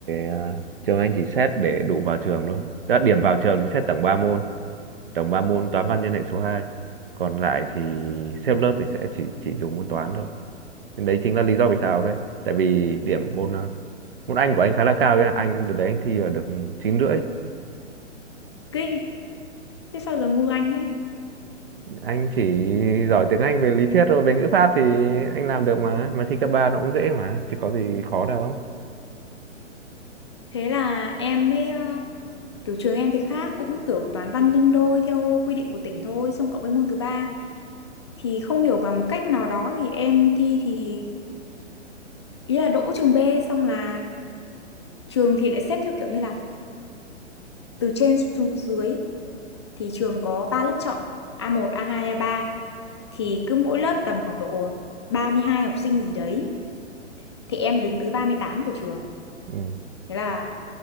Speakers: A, on the right (about 50°); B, on the left (about 25°).
A: à, trường anh chỉ xét để đủ vào trường thôi Đã điểm vào trường thì xét tổng 3 môn tổng 3 môn toán văn nhân hệ số 2. còn lại thì xếp lớp thì sẽ chỉ chỉ dùng môn toán thôi Nên đấy chính là lý do vì sao đấy tại vì điểm môn à, môn Anh của anh khá là cao ấy. ạ. Anh đợt đấy anh thi ở được chín rưỡi
B: kinh thế sao giờ ngu anh thế
A: anh chỉ giỏi tiếng Anh về lý thuyết rồi về ngữ pháp thì anh làm được mà mà thi cấp 3 nó cũng dễ mà chứ có gì khó đâu
B: thế là em mới ờ, kiểu trường em thì khác cũng kiểu toán văn nhân đôi theo quy định của tỉnh thôi xong cộng với môn thứ ba thì không hiểu bằng một cách nào đó thì em thi thì ý là đỗ trường B xong là trường thì lại xếp theo kiểu như là từ trên xuống dưới thì trường có 3 lớp chọn A1, A2, A3 thì cứ mỗi lớp tầm khoảng độ 32 học sinh gì đấy thì em đứng thứ 38 của trường
A: ừ
B: thế là